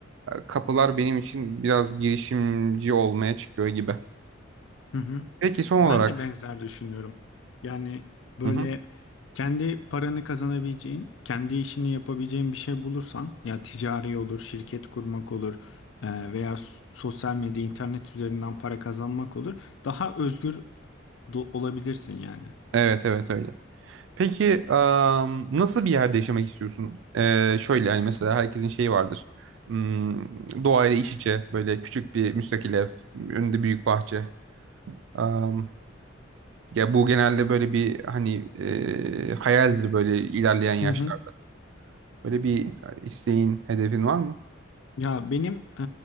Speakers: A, on the right; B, on the left.
A: kapılar benim için biraz girişimci olmaya çıkıyor gibi.
B: Hı hı.
A: Peki son
B: Ben
A: olarak.
B: de benzer düşünüyorum. Yani böyle
A: Hı hı.
B: kendi paranı kazanabileceğin, kendi işini yapabileceğin bir şey bulursan, ya ticari olur, şirket kurmak olur e, veya s- sosyal medya, internet üzerinden para kazanmak olur. Daha özgür do- olabilirsin yani.
A: Evet evet öyle. Peki am, nasıl bir yerde yaşamak istiyorsun? Ee, şöyle yani mesela herkesin şeyi vardır. Hmm, doğayla iç içe böyle küçük bir müstakil ev, önünde büyük bahçe. Am, ya bu genelde böyle bir hani e, hayaldir böyle ilerleyen yaşlar.
B: Hı hı.
A: Böyle bir isteğin, hedefin var mı?
B: Ya benim e,